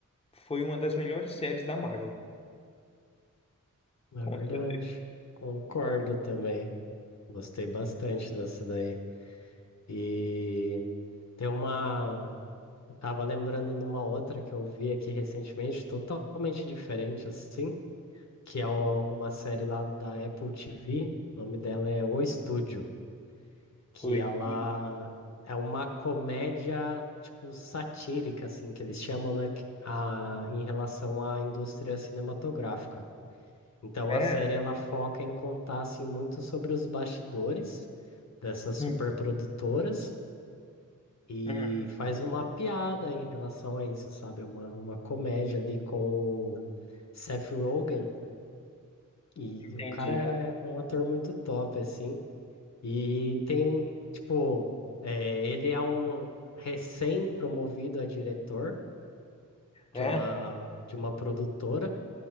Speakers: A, on the left (about 20°); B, on the left (about 60°).
A: foi uma das melhores séries da Marvel.
B: é
A: Com
B: verdade.
A: certeza.
B: Concordo também. Gostei bastante dessa daí. E tem uma. Tava lembrando numa outra que eu vi aqui recentemente, totalmente diferente assim, que é o- uma série lá da Apple TV, o nome dela é O Estúdio, que
A: Foi.
B: ela é uma comédia tipo satírica assim, que eles chamam, né, que- a, em relação à indústria cinematográfica. Então
A: É.
B: a série ela foca em contar assim muito sobre os bastidores dessas superprodutoras
A: Hum,
B: e
A: hum,
B: faz uma piada em relação a isso, sabe? É Uma, uma comédia ali com o Seth Rogen. E
A: entendi.
B: o cara é um ator muito top, assim. E tem, tipo, é, ele é um recém-promovido a diretor de
A: É,
B: uma, de uma produtora.